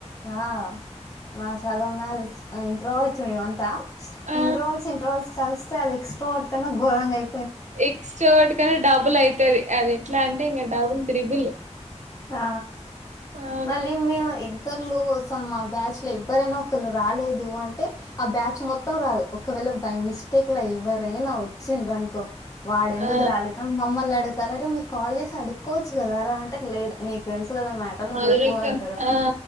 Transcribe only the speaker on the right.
ఆ
ఎక్స్ట్రా వాటికన్నా డబుల్ అయితది అది ఎట్లా అంటే ఇగ డబుల్ త్రిబుల్
అవును
ఆ
మధురెక్క
ఆ